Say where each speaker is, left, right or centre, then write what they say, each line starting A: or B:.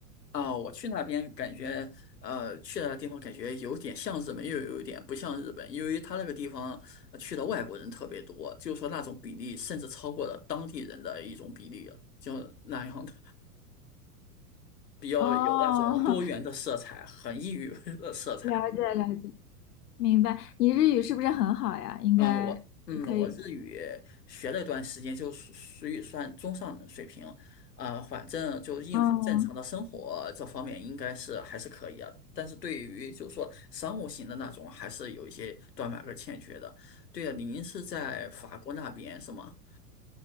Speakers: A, on the left (about 90°); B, on the left (about 75°).
A: 啊、我去那边感觉，呃，去那个地方感觉有点像日本，又有一点不像日本，因为它那个地方呃去的外国人特别多，就是说那种比例甚至超过了当地人的一种比例了，就那样的。比较有那种多元的色彩，
B: 哦，
A: 很异域 <laughs> 的色彩。
B: <laughs> 了解了解，明白。你日语是不是很好呀？应该可以。
A: 啊、我嗯，我日语学了一段时间，就属属于算中上的水平。啊。反正就应付正常的生活这方面，
B: 嗯
A: 应该是还是可以啊。但是对于就是说商务型的那种，还是有一些短板和欠缺的。对啊，您是在法国那边是吗？